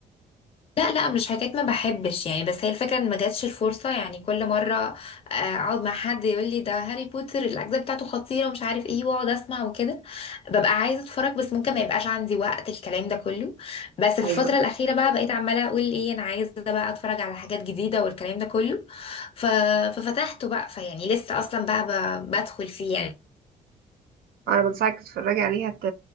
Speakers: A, on the left; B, on the right.
A: لا لا مش حكايه ما بحبش يعني بس هي الفكره ان ما جاتش الفرصه يعني كل مره آه، اقعد مع حد يقول لي ده هاري بوتر الاجزاء بتاعته خطيره ومش عارف ايه واقعد اسمع وكده ببقى عايزه اتفرج بس ممكن ما يبقاش عندي وقت الكلام ده كله بس في الفتره
B: ايوه
A: الاخيره بقى بقيت عماله اقول ايه انا عايزه بقى اتفرج على حاجات جديده والكلام ده كله ف... ففتحته بقى فيعني لسه اصلا بقى ب... بدخل فيه
B: انا بنصحك تتفرجي عليها هت...